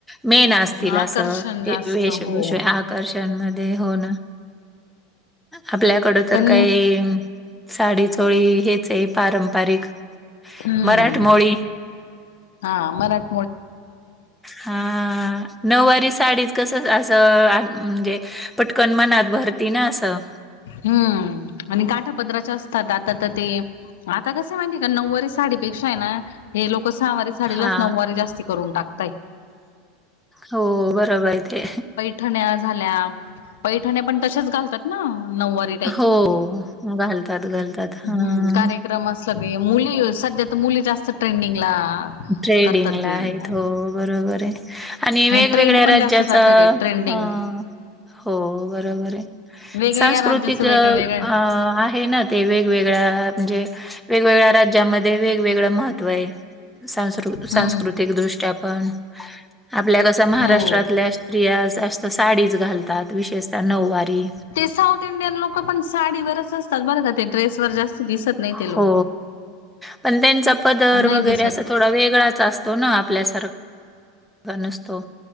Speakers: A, in the centre; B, on the left (about 85°).
A: मेन असतील असं
B: आकर्षण जास्त
A: वेशभूषा
B: हो
A: आकर्षण मध्ये हो ना आपल्याकड तर
B: पण
A: काही साडी चोळी हेच आहे पारंपरिक
B: हम्म
A: मराठमोळी
B: हा मराठी
A: हा. नऊवारी साडीच कसं असं म्हणजे पटकन मनात भरती ना असं
B: हम्म आणि काठापदराच्या असतात आता आ तर ते आता कस माहिती आहे का नऊवारी साडीपेक्षा आहे ना हे लोक सहावारी साडीलाच
A: हा
B: नऊवारीे जास्ती करून टाकताय
A: हो बरोबर आहे ते
B: ठण्या झाल्या पैठण्या पण तशच घालतात ना नऊवार
A: हो घालतात घालतात
B: हम्म
A: हा
B: कारे विक्रम असलं क मुली सध्या तर मुली जास्त ट्रेंडिंगला
A: ट्रेडिंग
B: करतात
A: ला
B: ते
A: आहेत
B: हम्म
A: हो बरोबर आहे आणि वेगवेगळ्या
B: ट्रेंड पण
A: राज्याचा
B: जास्त चालतय ते ट्रेंडिंग
A: अ हो बरोबर आहे
B: वेगवेगळ्या
A: सांस्कृतिक
B: राज्याचं वेगळं वेगळं
A: आहे ना ते वेगवेगळ्या म्हणजे वेगवेगळ्या राज्यामध्ये वेगवेगळं महत्व आहे. संस्कृ सांस्कृतिक
B: हम्म
A: दृष्ट्या पण आपल्या कस महाराष्ट्रातल्या
B: हो
A: स्त्रिया जास्त साडीज घालतात विशेषतः नऊवारी
B: ते साऊथ इंडियन लोक पण साडीवरच असतात बरं का ते <unintelligible> नाही ते लोक.
A: हो पण त्यांचा पदर
B: नाही
A: वगैरे
B: दिसत
A: अस थोडा वेगळाच असतो ना आपल्यासारखा नसतो